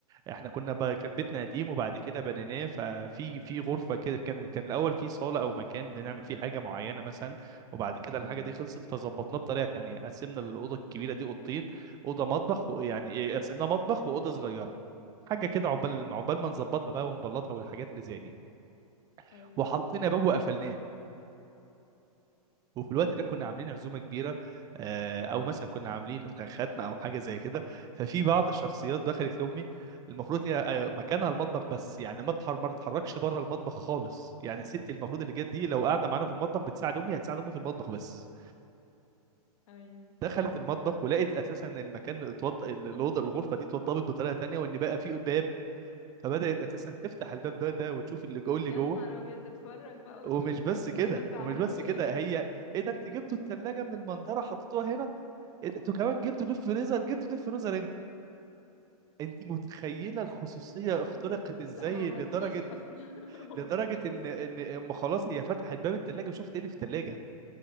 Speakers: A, on the right (about 20°); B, on the left (about 55°).
A: احنا كنا بقى كان بيتنا قديم وبعد كده بنيناه ففي في غرفه كده كان كان الاول في صاله او مكان بنعمل فيه حاجه معينه مثلا وبعد كده الحاجه
B: مم.
A: دي خلصت فظبطناه بطريقه تانية قسمنا الاوضه الكبيره دي اوضتين اوضه مطبخ ويعني ايه قسمناه مطبخ واوضه صغيره حاجه كده عقبال
B: ايوه
A: عقبال ما نظبطها بقى ونبلطها والحاجات اللي زي دي
B: ايوه
A: وحطينا باب وقفلناه وفي الوقت
B: ايوه
A: ده كنا عاملين عزومه كبيره آه، او مثلا كنا عاملين ختمه او حاجه زي كده ففي بعض الشخصيات دخلت لامي المفروض هي آه، مكانها المطبخ بس يعني ما تحر ما تتحركش بره المطبخ خالص يعني الست المفروض اللي جت دي لو قاعده معانا في المطبخ بتساعد امي هتساعد امي في المطبخ بس
B: ايوه
A: دخلت المطبخ ولقيت اساسا المكان اتوض الاوضه الغرفه دي اتوضبت بطريقه تانية وان بقى في باب فبدات اساسا تفتح الباب ده ده وتشوف اللي جوه اللي
B: يا
A: جوه
B: نهار ابيض تتفرج بقى وتشوف
A: ومش بس
B: انتوا
A: كده
B: ايه ده انتوا
A: ومش
B: عملتوا
A: بس
B: ايه
A: كده هي ايه ده انت جبتوا الثلاجه من المنظره حطيتوها هنا إيه ده؟ انتوا كمان جبتوا ديب فريزر جبتوا ديب فريزر امتى انت متخيله الخصوصيه
B: <laughs>
A: اخترقت ازاي
B: لا هو ما
A: لدرجه
B: فيش اصلا <laughs> هو
A: لدرجه
B: ما فيش
A: ان
B: خصوصية
A: ان اما خلاص هي فتحت باب الثلاجه وشافت ايه اللي في الثلاجه